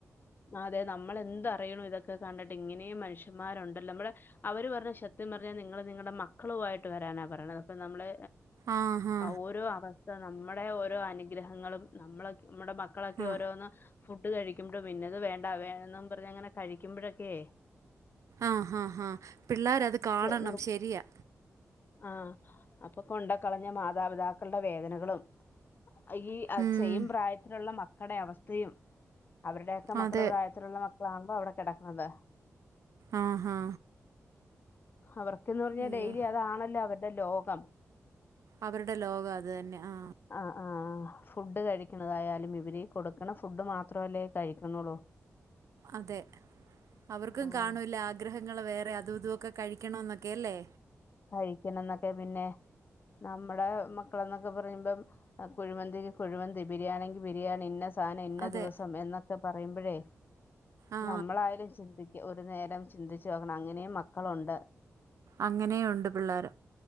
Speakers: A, on the left (about 40°); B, on the right (about 75°).
A: ആ അതെ നമ്മളെന്ത് അറിയുണു ഇതൊക്കെ കണ്ടിട്ട് ഇങ്ങനെയും മനുഷ്യന്മാരുണ്ടല്ലോ നമ്മള് അവര് പറഞ്ഞ ശത്യം പറഞ്ഞാൽ നിങ്ങള് നിങ്ങളുടെ മക്കളു ആയിട്ട് വരാനാ പറയുന്നത് അപ്പൊ നമ്മള്
B: ആ ഹാ
A: ഓരോ അവസ്ഥ നമ്മുടെ ഓരോ അനുഗ്രഹങ്ങളും നമ്മള നമ്മുടെ മ ക്കളൊക്കെ
B: ആ
A: ഓരോന്ന് ഫുഡ് കഴിക്കുമ്പളും പിന്നത് വേണ്ട വേണംന്ന് പർഞ് അങ്ങനെ കഴിക്കുമ്പഴൊക്കേ
B: ആഹ് ഹാ ഹാ പിള്ളാര് അത് കാണണം
A: നിർ
B: ശരിയാ
A: ആഹ് അപ്പൊ കൊണ്ട കളഞ്ഞ മാതാപിതാക്കളുടെ വേദനകളും ഈ
B: ഉം,
A: ചെയ്യും പ്രായത്തിലുള്ള മക്കൾടെ അവസ്ഥയും അവരുടെയൊക്കെ
B: അതെ
A: മക്കള പ്രായത്തിലുള്ള മക്കളാണല്ലോ അവിടെ കെടക്ക്ണത്
B: ആഹ് ഹാ
A: അവർക്ക്ന്ന് പർഞ്ഞാ
B: അയ്യോ
A: ഡെയിലി അതാണല്ലോ അവരുടെ ലോകം
B: അവരുടെ ലോകം അത് തന്നെ ആ
A: അഹ് ആഹ് ഫുഡ് കഴിക്ക്ണതായാലും ഇവര് ഈ കൊടുക്കണ ഫുഡ് മാത്രമല്ലേ കഴിക്ക്ണൊള്ളൂ
B: അതെ അവർക്കും
A: ആഹ്
B: കാണുല്ലാ ആഗ്രഹങ്ങൾ വേറെ അതും ഇതു ഒക്കെ കഴിക്കണെന്നൊക്കെ അല്ലേ
A: കഴിക്കണം ന്നൊക്കെ പിന്നെ നമ്മടെ മക്കള എന്നൊക്കെ പറയുമ്പം അഹ് കുഴിമന്തിക്ക് കുഴിമന്തി ബിരിയാണിങ്കി ബിരിയാണി ഇന്ന സാന ഇന്ന
B: അതെ
A: ദിവസം എന്നൊക്കെ പറയുമ്പഴേ
B: ആ
A: നമ്മളായാലും ചിന്തിക്ക ഒരു നേരം ചിന്തിച്ചു നോക്കണം അങ്ങനെയും മക്കളുണ്ട്
B: അങ്ങനെയുണ്ട് പിള്ളേർ